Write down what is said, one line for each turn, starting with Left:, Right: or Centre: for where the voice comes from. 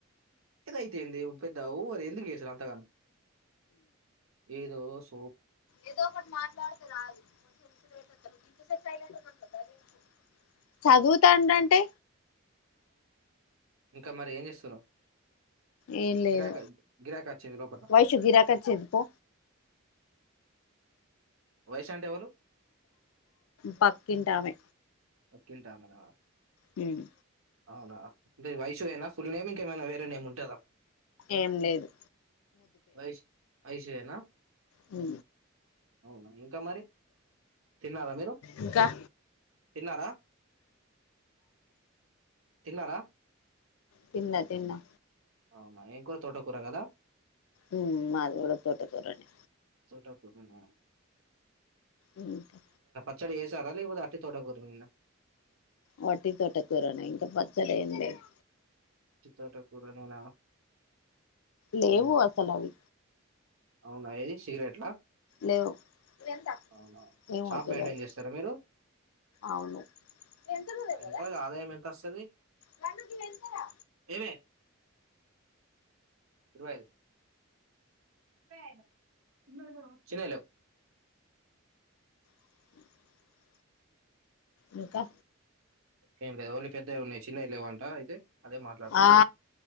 Right: ఏదయితేంది పెద్ద త ఓవర్ ఎందుకు చేసుడు అంతగానం ఏదో సో
Left: ఏదో ఒకటి మాట్లాడితే రాదు మంచిగా ముచ్చట్లు పెట్టి నట్లు చదువుతాండు అంటే
Right: ఇంకా మరి ఏం చేస్తున్నావు
Left: ఎమ్ లేదు
Right: గిరాక గిరాక వచ్చింది లోపల
Left: వైషు గిరాకీ వచ్చింది పో
Right: వైషూ అంటే ఎవలు
Left: బకింటామె పక్కింటమే
Right: పక్కింటమనా
Left: హుమ్
Right: అవునా అంటే వైషూ ఐన ఫుల్ నేమ్ ఇంకేమైనా వేరే నేమ్ ఉంటదా
Left: ఏం లేదు
Right: వైష్ ఐషయనా
Left: ఉ
Right: అవునా ఎయ్ ఇంకా మరి తిన్నారా మీరు
Left: ఇంకా
Right: తిన్నారా తిన్నారా
Left: తిన్నా తిన్నా
Right: అవునా ఏం కూర తోటకూర గదా
Left: ఉ మాది గూడ తోటకూర నే
Right: చోటకూర న
Left: ఇంకా
Right: పచ్చడి చేసారా లేకపోతే అట్టి తోటకూరల
Left: వట్టి తోటకూరనే ఇంకా పచ్చడి ఏం లేదు
Right: అట్టి తోటకూరనేనా
Left: లేవు
Right: హ్మ్.
Left: అసల అవి
Right: అవునా ఏది సిగరెట్లా
Left: లేవు ఇది ఎంత
Right: అవునా
Left: ఏమో
Right: షాప్
Left: తెలువది
Right: మెయింటైన్ చేస్తారా మీరు
Left: అవును ఇది ఎంతనో
Right: అవునా
Left: తెలువదా
Right: ఎంత ఆదాయం ఎంత వస్తది
Left: బన్ను గిది ఎంత రా
Right: ఏమే ఇరవై ఐదు ఇరవై ఐద నో నో చిన్నాయి లేవు
Left: అ ఇంకా
Right: గంతే ఓన్లీ పెద్దయ్ ఉన్నాయి చిన్నాయి లేవంట అయితే అదే మాట్లాడుతాన
Left: ఆ